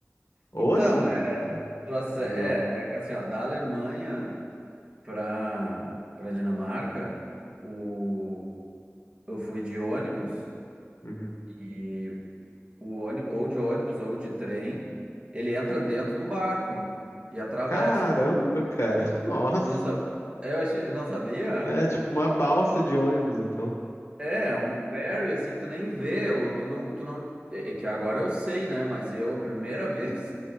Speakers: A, on the left; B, on the right.
A: Ou
B: Então,
A: assim, esse,
B: é,
A: tá?
B: tu ace-
A: avião.
B: é, é que assim, ó, da Alemanha para para Dinamarca, o, eu fui de ônibus
A: Uhum.
B: e o ônibus, ou de ônibus ou de trem, ele entra dentro de um barco e atravessa.
A: Caramba, cara, <laughs> nossa.
B: Não sabe? Eu achei, eu não sabia?
A: É tipo uma balsa de ônibus, então.
B: É, é um ferry assim, que tu nem vê, ou tu não, tu não, é é que agora eu sei, né? Mas eu, a primeira <laughs> vez.